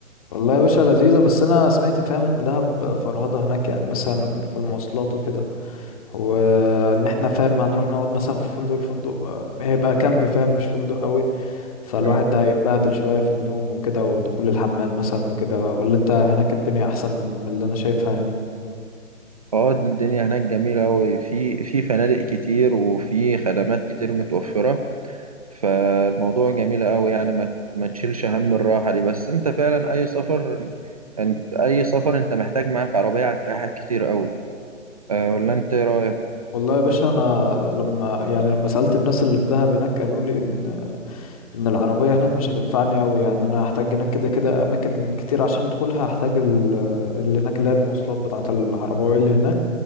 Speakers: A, on the left; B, on the right.
A: والله يا باشا لذيذة بس انا سمعت فاهم ان دهب فرهضة هناك يعني مثلا في المواصلات وكده وان احنا فاهم هنروح نقعد مثلا في فندق الفندق آه، هيبقى كامب فاهم مش فندق قوي فالواحد
B: رايك
A: ده هيتبهدل شوية في النوم وكده ودخول الحمام مثلا وكده ولا انت هناك الدنيا احسن من اللي انا شايفها يعني
B: اه الدنيا هناك جميلة أوي في في فنادق كتير وفي خدمات كتير متوفرة فالموضوع جميل أوي يعني ما ما تشيلش هم الراحة دي بس أنت فعلا أي سفر أنت أي سفر أنت محتاج معاك عربية هتريحك كتير أوي أه ولا أنت إيه رأيك؟
A: والله يا باشا انا لما يعني لما سألت الناس اللي في دهب هناك قالوا لي ان ان العربية هناك مش هتنفعني قوي يعني انا هحتاج هناك كده كده اماكن كتير عشان ادخلها هحتاج ال- اللي هناك اللي هي المواصلات بتاعة العربية اللي هناك